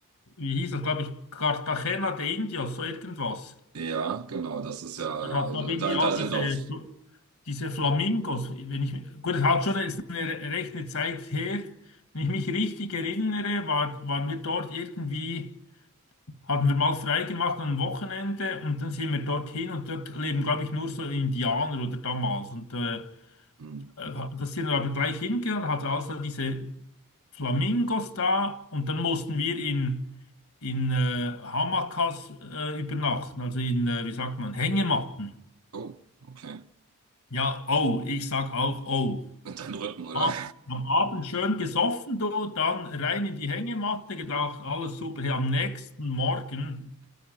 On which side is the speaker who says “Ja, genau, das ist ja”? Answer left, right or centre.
Right